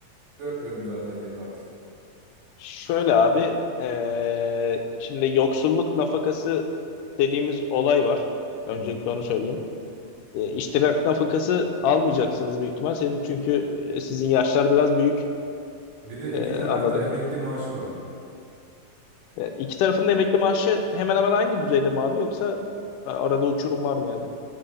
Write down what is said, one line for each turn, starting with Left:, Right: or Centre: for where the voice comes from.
Right: görmüyorum zaten yıllardır.
Left: Şöyle abi, eee, şimdi yoksulluk nafakası dediğimiz olay var. Öncelikle
Right: Hı hı.
Left: onu söyleyeyim. E, iştirak nafakası almayacaksınız büyük ihtimal. Senin çünkü e, sizin yaşlar biraz büyük.
Right: Bir de
Left: E,
Right: iki tarafta
Left: anladım.
Right: emekli maaşı var.
Left: E, iki tarafın da emekli maaşı hemen hemen aynı düzeyde mi abi yoksa e, arada uçurum var mı yani?